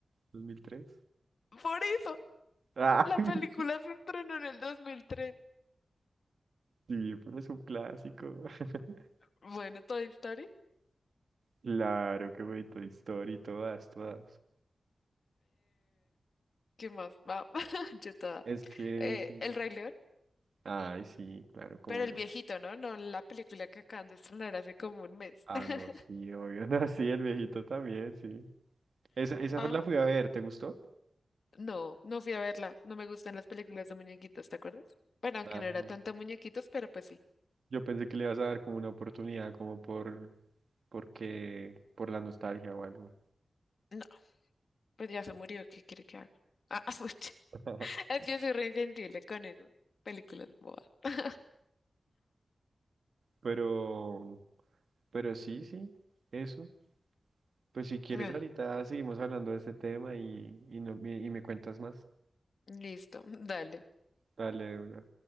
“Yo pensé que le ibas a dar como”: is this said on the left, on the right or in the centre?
Right